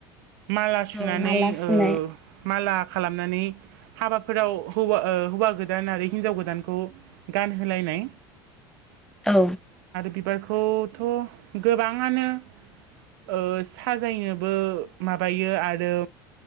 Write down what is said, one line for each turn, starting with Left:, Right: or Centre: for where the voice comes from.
Right: माला सुनानै
Centre: औ माला सुनाय
Right: ओ माला खालामनानै हाबाफोराव हौवा ओ हौवा गोदान आरो हिनजाव गोदानखौ गान होलायनाय
Centre: औ
Right: बिबारखौथ' गोबाङानो ओ साजायनोबो माबायो आरो